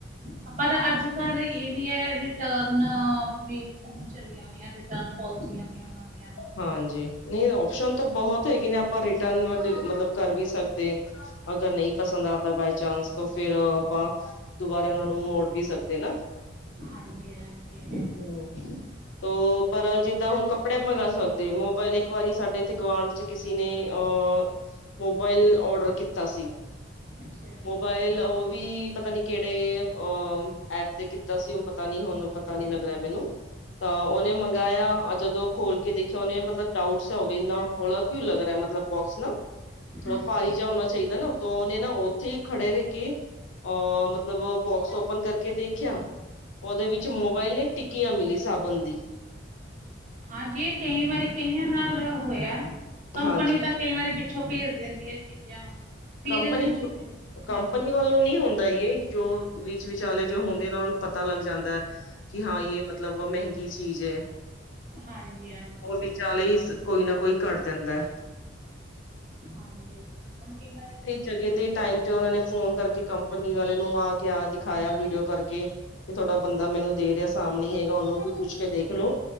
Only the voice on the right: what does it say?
ਹਾਂ ਪਰ ਅੱਜ ਕੱਲ ਇਹ ਵੀ ਐ, ਰਿਟਰਨ ਵੀ ਹੁਣ ਚੱਲੀਆਂ ਹੋਈਆਂ ਦ ਰਿਟਰਨ ਪੋਲਸੀਆਂ ਵੀ ਆ, ਉਹਨਾਂ ਦੀਆਂ
ਹਾਂਜੀ- ਹਾਂਜੀ।
ਅੱਛਾ।
ਹੂੰ
ਹਾਂਜੀ, ਇਹ ਕਈ ਵਾਰੀ ਕਈਆਂ ਨਾਲ ਹੋਇਆ, ਕੰਪਨੀ
ਤਾਂ ਕਈ ਵਾਰੀ ਪਿ ਪਿੱਛੋਂ ਭੇਜ ਦਿੰਦੀ ਆਂ ਚੀਜ਼ਾਂ ਫਿਰ
ਜਿਵੇਂ
ਹਾਂਜੀ
ਹਾਂਜੀ ਹਾਂਜੀ
ਹਾਂਜੀ, ਹੁਣ ਕਈ ਵਾਰੀ